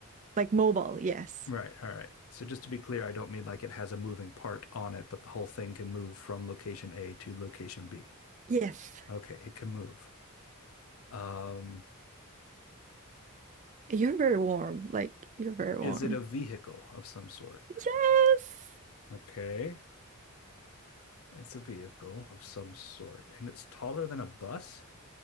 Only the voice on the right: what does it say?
like mobile. Yes,
yes.
You're very warm. Like you're very
warm.
Yes.